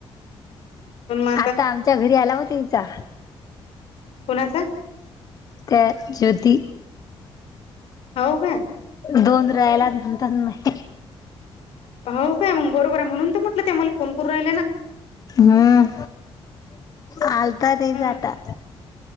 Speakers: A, on the left; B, on the left.
A: पण मग
B: आता आमच्या घरी आला होता हिचा.
A: कोणाच?
B: ते ज्योती.
A: हो का
B: दोन राहील तर.
A: हो काय मग बरोबर आहे. म्हणून तर म्हटलं ते मला फोन करून राहिला ना.
B: हम्म, आलता तिचा
A: हम्म
B: आता.